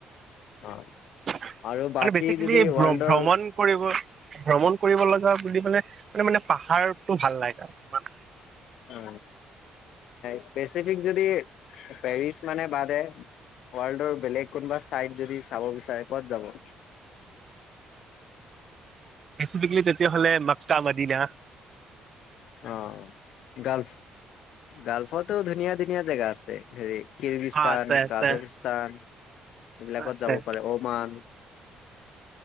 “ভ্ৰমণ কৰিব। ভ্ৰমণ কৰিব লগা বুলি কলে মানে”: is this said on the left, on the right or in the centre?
Right